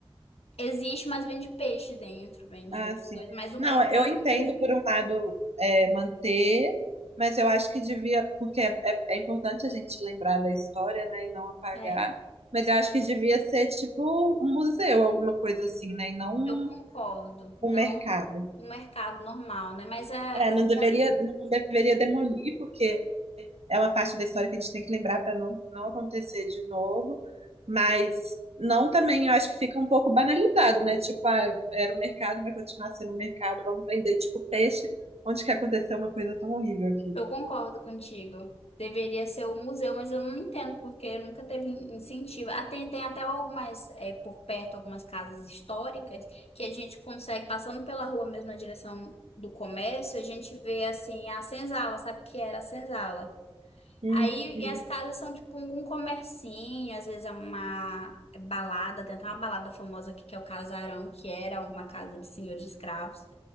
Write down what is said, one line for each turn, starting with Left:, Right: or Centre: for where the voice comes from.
Left: Existe, mas vende peixe dentro, vende
Right: Ah,
Left: outras
Right: sim.
Left: coisas, mas o
Right: Não,
Left: mercado
Right: eu entendo
Left: mesmo.
Right: por um lado é, manter, mas eu acho que devia, porque é, é- é importante a gente lembrar da história, né, e não apagar,
Left: é,
Right: mas eu acho que devia ser tipo um museu, alguma coisa assim, né, e não um,
Left: Eu concordo, não
Right: um mercado.
Left: um mercado normal, né? Mas a-
Right: É,
Left: aqui
Right: não
Left: em
Right: deveria,
Left: Belém,
Right: não deveria demolir, porque é uma parte da história que a gente tem que lembrar para não, não acontecer de novo, mas não também, eu acho que fica um pouco banalizado, né? Tipo, ah, era o mercado, vai continuar sendo o mercado, vamos vender tipo peixe, onde que aconteceu uma coisa tão horrível aqui.
Left: eu concordo contigo. Deveria ser o museu, mas eu não entendo porque nunca teve in- incentivo. Ah, tem, tem até algumas, é, por perto, algumas casas históricas que a gente consegue, passando pela rua mesmo na direção do comércio, a gente vê assim a senzala, sabe o que era a senzala?
Right: Uhum.
Left: Aí, e as casas são tipo um comercinho, às vezes é uma balada, tem até uma balada famosa aqui que é o Casarão, que era uma casa de senhor de escravos.